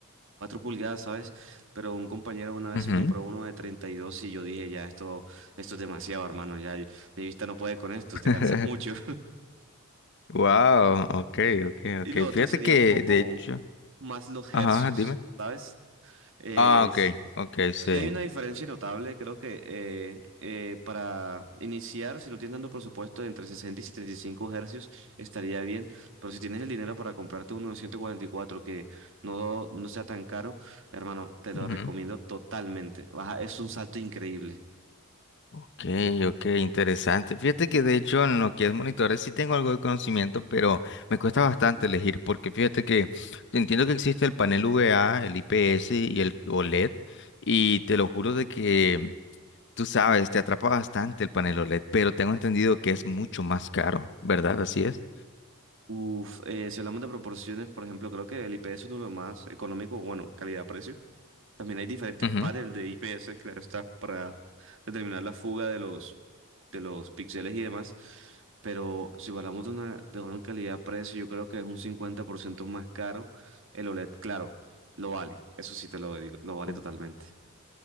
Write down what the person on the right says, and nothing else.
pulgadas, ¿sabes? Pero un compañero una vez
se compró uno de 32 y yo dije, ya, esto, esto es demasiado, hermano, ya mi vista no puede con esto,
te cansas mucho.
Y lo otro
sería
un poco
más los
hercios,
¿sabes? Eh,
si hay una diferencia notable, creo que eh, eh, para iniciar, si no tienes tanto presupuesto, entre 60 y 75 hercios estaría bien, pero si tienes el dinero para comprarte uno de 144 que no, no sea tan caro, hermano, te lo
recomiendo totalmente. Baja, es un salto increíble.
Uf, eh, si hablamos de proporciones, por ejemplo, creo que el IPS es uno de los más económicos, bueno, calidad-precio. También hay diferentes
pares de IPS, claro está, para determinar la fuga de los, de los píxeles y demás. Pero si hablamos de una, de una calidad-precio, yo creo que es un 50% más caro el OLED. Claro, lo vale, eso sí te lo digo, lo vale
totalmente.